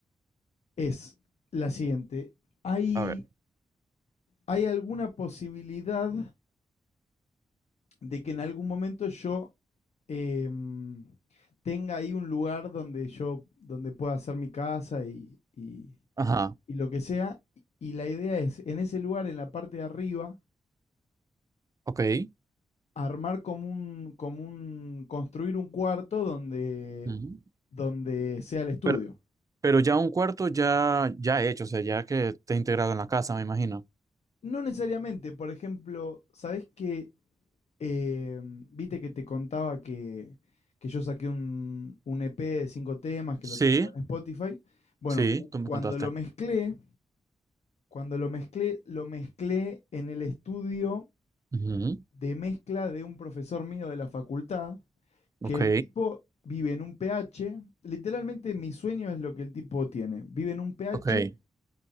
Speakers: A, on the left (about 65°); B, on the right (about 30°).
A: es la siguiente. ¿Hay,
B: A ver.
A: hay alguna posibilidad de que en algún momento yo em, tenga ahí un lugar donde yo, donde pueda hacer mi casa y, y-
B: Ajá.
A: y lo que sea. Y la idea es, en ese lugar, en la parte de arriba,
B: Ok.
A: armar como un, como un, construir un cuarto donde,
B: Ujú.
A: donde sea el estudio.
B: Pero Pero ya un cuarto ya, ya hecho, o sea, ya que te has integrado en la casa, me imagino.
A: No necesariamente, por ejemplo, ¿sabés que, eh, viste que te contaba que, que yo saqué un, un EP de cinco temas que
B: Sí,
A: lo tengo en Spotify? Bueno,
B: sí,
A: cu-
B: tú me
A: cuando
B: contaste.
A: lo mezclé, cuando lo mezclé, lo mezclé en el estudio
B: Ujú,
A: de mezcla de un profesor mío de la facultad
B: Ok,
A: que el tipo vive en un pH, literalmente mi sueño es lo que el tipo tiene, vive en un pH
B: ok.